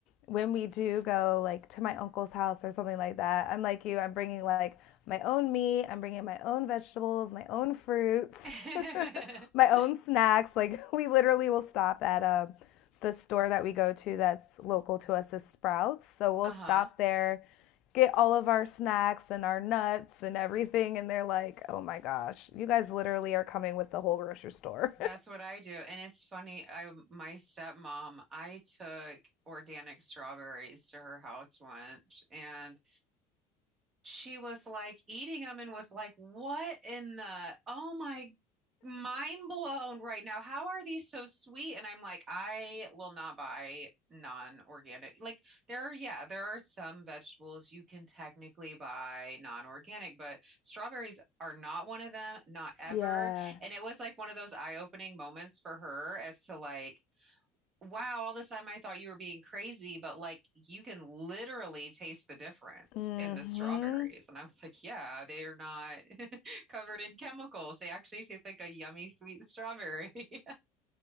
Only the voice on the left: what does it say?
when we do go like to my uncle's house or something like that, I'm like you, I'm bringing like my own meat, I'm bringing my own vegetables, my own fruits,
<laughs> my own snacks. Like <laughs> we literally will stop at um, the store that we go to that's local to us is Sprouts. So we'll
stop there get all of our snacks and our nuts and everything. And they're like, oh my gosh, you guys literally are coming with the whole grocery store.
<laughs> yeah.
Mm-hmm.